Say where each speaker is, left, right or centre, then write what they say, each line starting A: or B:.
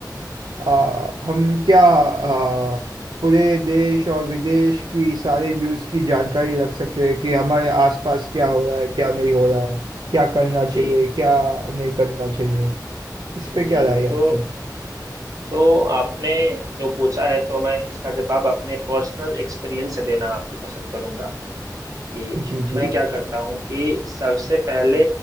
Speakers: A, on the right; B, on the right.
A: आ, हम क्या आ, पूरे देश और विदेश की सारी न्यूज़ की जानकारी रख सके कि हमारे आसपास क्या हो रहा है क्या नहीं हो रहा है क्या करना
B: जी
A: चाहिए क्या नहीं करना चाहिए इस पे
B: जी
A: क्या राय है
B: तो
A: आपकी
B: तो आपने जो पूछा है तो मैं इसका जवाब अपने पर्सनल एक्सपीरियंस से देना आपको पसंद करूंगा कि
A: जी जी
B: मैं क्या करता हूँ कि सबसे पहले